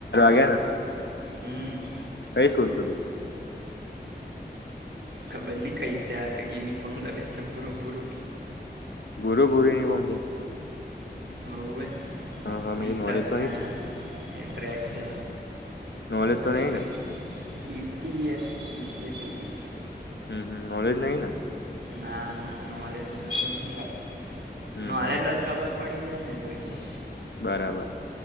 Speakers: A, on the left; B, on the right.
A: યાના
B: હમ
A: હ સ્કૂલ છુટી
B: ખબર નહ કઈ છે આ યુનિફોર્મ લગે છે પૂરો પૂરો
A: ભૂરો ભૂરીની પમ છે
B: હું હ
A: હા હા
B: ટી
A: મે નોલેજ
B: શર્ટને
A: તો નહી
B: એ ટ્રેક છે
A: નોલેજ
B: બને
A: તો નહી
B: કહીશ
A: ને
B: બસ એવું ક
A: હમ હમ નલેજ નહી ને
B: ના ના નોલેજ ના તો નહી લાગે
A: હમ
B: નલેજ
A: હમ
B: ન જ ખબર પડી જ ન જોઈ હતો
A: બરાબર